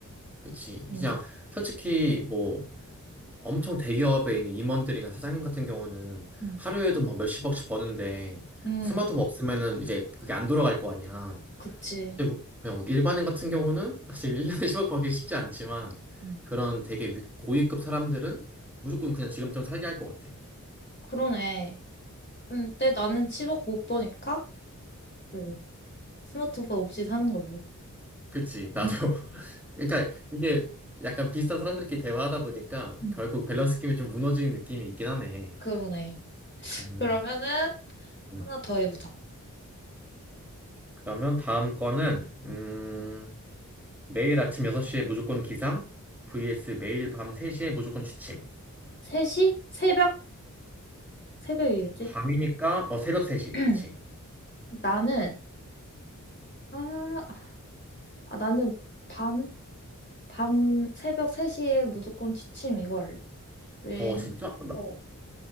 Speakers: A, in the centre; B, on the left (about 35°).
A: 그치?
B: 음,
A: 그냥 솔직히 뭐 엄청 대기업에 있는 임원들이나 사장님 같은 경우는
B: 음,
A: 하루에도 막 몇십억씩 버는데
B: 음,
A: 스마트폰 없으면은 이제 그게 안 돌아갈 거 아니야.
B: 그치.
A: 근데 우- 그냥 일반인 같은 경우는 사실 1년에 10억 받기 쉽지 않지만
B: 음,
A: 그런 되게 위- 고위급 사람들은 무조건 그냥 지금처럼 살게 할 것 같아.
B: 그러네. 근데 나는 10억 못 버니까, 그, 스마트폰 없이 사는 걸로.
A: 그치? 나도
B: 음.
A: 그러니까 이게 약간 비슷한 사람들끼리 대화하다 보니까
B: 음.
A: 결국 밸런스 게임이 좀 무너지는 느낌이 있긴 하네.
B: 그러네.
A: 음,
B: 그러면은,
A: 음.
B: 하나 더 해보자.
A: 그러면 다음 거는 음, 매일 아침 6시에 무조건 기상 vs 매일 밤 3시에 무조건 취침.
B: 3시? 새벽? 새벽이겠지?
A: 밤이니까 어 새벽 3시.
B: <clears throat>
A: 그치?
B: 나는, 아, 아, 나는 밤, 밤, 새벽 3시에 무조건 취침 이거 할래. 왜,
A: 어
B: 음.
A: 진짜? 나,
B: 어,